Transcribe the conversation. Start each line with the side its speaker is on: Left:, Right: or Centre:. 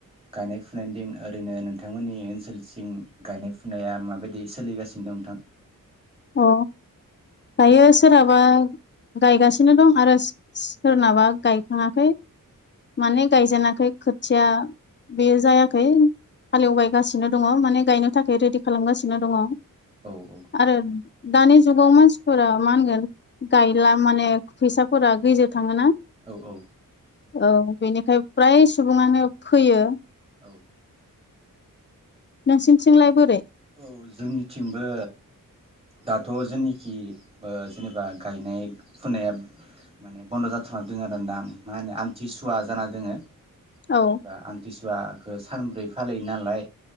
Right: गायनाय फुनायनि दिन ओरैनो नोंथांमोननि ओनसोलसिं गायनाय फुनाया माबायदि सोलिगासिनो दं नोंथां
Left: अ दायो सोरहाबा गायगासिनो दं आरो सोरनाबा गायखाङाखै। माने गायजेनााखै खोथिया बेयो जायाखै हालेवबायगासिनो दङ माने गायनो थाखाय रेडि खालामगासिनो दङ।
Right: औ औ
Left: आरो दानि जुगाव मानसिफोरा मा होनगोन गायला माने फैसाफोरा गैजो थाङोना
Right: औ औ
Left: औ बेनिखाय फ्राय सुबुङानो फैयो
Right: औ
Left: नोंसिनिथिंलाय बोरै।
Right: औ जोंनिथिंबो दाथ' जोंनिखि जेनेबा गायनाय फुनाया माने बन्द' जाथ'ना दङ आरो दा मा होनो आमथिसुवा जाना दोङो।
Left: औ
Right: जेनेबा आमथिसुवाखौ। सानब्रै फाैलियो नालाय।